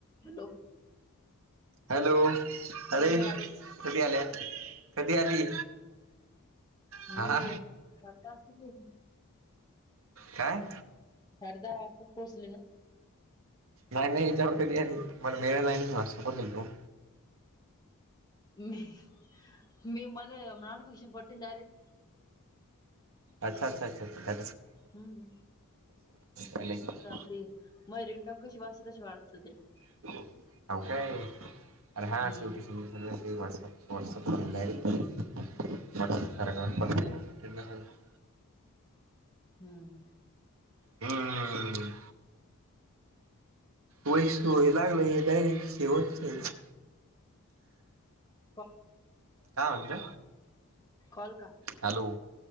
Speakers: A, on the left; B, on the right.
A: Hello
B: hello अरे,
A: कसं काय लागला
B: कधी आल्या कधी आली? हा
A: मी
B: हा
A: साडे दहा वाजता पोहोचली
B: काय?
A: साडे दहा वाजताचं पोचले ना.
B: नाय मी ह्यच्यावर बी आली मला मेळ ल नाही मी व्हाट्सअप वर दिलतो.
A: नी मले मला नोटिफिकेशन पडते नं डायरेक्ट.
B: अच्छ अच्छा अच्छा अच्छा
A: हम्म
B: कायतर <unintelligible>
A: थोडी माई रिंगटोन कशी वाजते तशी वाजत ती
B: <unintelligible> हाव काय आणि
A: हम्म
B: माये शेवटी समज सगळ वॉट्सअप व्हाट्सअप वरून डायरेक्ट व्हाट्सअप करायचा बघते <unintelligible>
A: हम्म.
B: हम्म व <unintelligible> लागलय हे काय ये ठेवायचेच नाहीत.
A: कॉ
B: काय म्हणता?
A: कॉल का
B: हॅलो